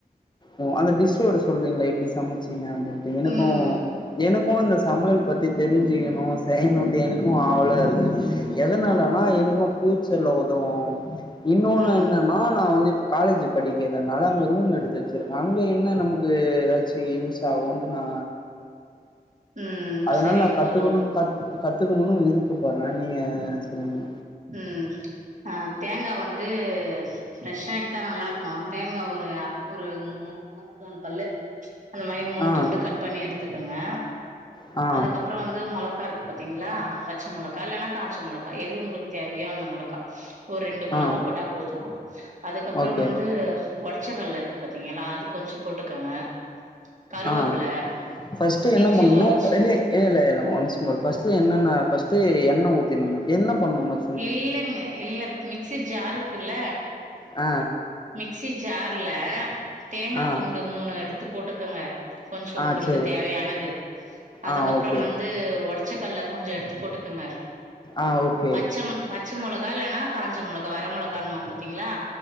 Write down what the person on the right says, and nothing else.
ம்
ம்
ம்
செரிங்க
தோழா
ம் ஆ தேங்கா வந்து ஃப்ரெஷ்ஷா எடுத்தா நல்லார்க்கு தேங்கா ஒரு ஆ ஒரு முண்ணோ மூணு பல்லு அந்ந மாயி மூண்
துண்டு கட் பண்ணி எடுத்துக்குங்க
அதுக்கப் ப்றோ வந்து மொளக்கா இருக்கு பாத்தீங்ளா பச்சு மொளக்கா இல்லன்னா கான்ச்சு மொளக்கா எது உங்ளுக் தேவையோ அந்த மொளக்கா ஒர் ரெண்டு மொளகா
போட்டா போது அதுக்கப்றோ
வந்து உடைச்சக்கல்ல இர்க்கு பாத்தீங்கல்லா அது கொஞ்சு போட்டுக்கங்க கருவேப்பில
இஞ்சி
ஒரு
இல்லங்க இல்ல மிக்சி ஜார் இக்குல்ல
மிக்சி ஜார்ல தேங்கா
துண்டு மூணு எடுத்து போட்டுக்கங்க கொஞ்சோ
உங்ளுக்கு
தேவயானது அதுக்கப்றோ
வந்து ஒடச்ச கல்ல கொஞ்ச எடுத்து போட்டுக்குங்க
பச்சம் பச்ச மொளகா இல்லேன்னா காஞ்ச மொளகா வர மொளகானுவாங் பாத்தீங்ளா